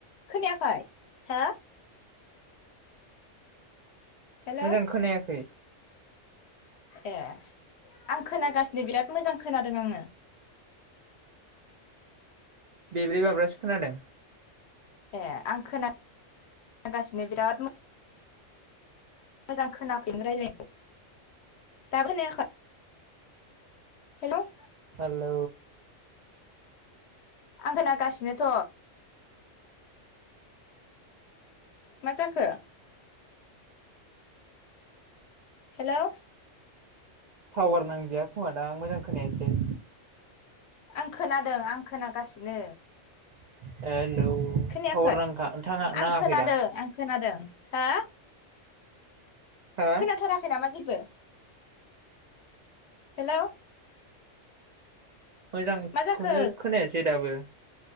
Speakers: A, on the left (about 65°); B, on the right (about 60°).
A: खोनायाखै हा हेलौ
B: मोजां खोनायाखै
A: ए आं खोनागासिनो बिराद मोजां खोनादों आङो
B: बेब्रै बाब्रासो खोनादों
A: ए आं खोन खोनागासिनो बिराद मोजां <unintelligible> हेल'
B: हाल'
A: आं खोनागासिनोथ' मा जाखो हेल'
B: टावार नांदिया खोमा दा मोजां खोनायासै
A: आं खोनादों आं खोनागासिनो
B: <unintelligible>
A: खोनायाखै
B: टावार नांखा थाङा
A: आं
B: नाङाखैदां
A: खोनादों आं खोनादों हो।
B: हो
A: खोनाथाराखै नामा? <unintelligible> हेलौ
B: मोजांखौनो
A: मा जाखो
B: खोनायासै दाबो